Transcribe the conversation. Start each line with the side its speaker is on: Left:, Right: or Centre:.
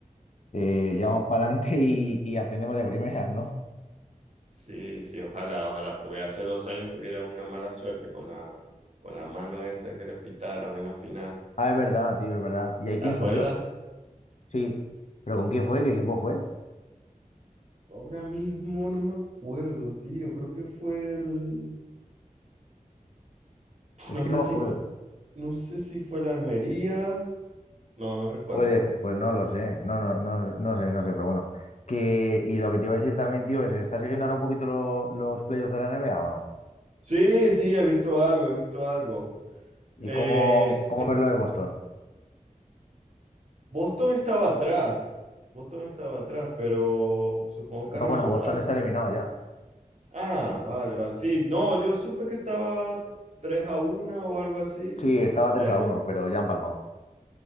Left: eh, ya vamos para
Right: Sí,
Left: adelante <laughs> y, y ascendemos de primeras, ¿no?
Right: sí, sí, ojalá, ojalá, porque hace dos años tuvieron una mala suerte con la, con la mano esa que le pitaron en la final.
Left: Ah, es verdad, tío, es verdad. ¿Y ahí
Right: ¿Te
Left: quién
Right: acuerdas?
Left: subió? Sí, pero ¿con quién fue? ¿Qué equipo fue?
Right: Ahora mismo no me acuerdo, tío, creo que fue el...
Left: Es
Right: No
Left: que
Right: sé
Left: no me
Right: si,
Left: acuerdo.
Right: no sé si fue la Almería. No, no recuerdo,
Left: Puede,
Right: no recuerdo.
Left: pues no lo sé, no, no, no, no sé, no sé, pero bueno. Que, y lo que te iba a decir también, tío, es, ¿estás siguiendo ahora un poquito lo- los playoffs de la NBA o no?
Right: Sí, sí, he visto algo, he visto algo.
Left: ¿Y
Right: Eh,
Left: cómo, cómo
Right: es-
Left: ves lo de Boston?
Right: Boston estaba atrás, Boston estaba atrás, pero supongo que
Left: No,
Right: ha remontado.
Left: bueno, Boston está eliminado ya.
Right: Ah, vale, vale. Sí, no, yo supe que estaba 3 a una o algo así,
Left: Sí, estaba
Right: la serie,
Left: 3 a uno, pero ya han palmado.